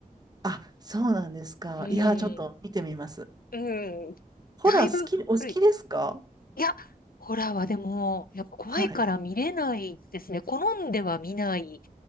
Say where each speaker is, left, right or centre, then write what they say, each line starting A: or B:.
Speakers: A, on the right (about 25°); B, on the left (about 85°).
A: あ、そうなんですか。
B: うん。
A: いや、ちょっと見てみます。
B: うん。
A: ホラー好き、
B: だいぶ古い。
A: お好きですか
B: いや、ホラーはでも、やっぱ怖いから見れないですね。
A: はい。
B: 好んでは見ない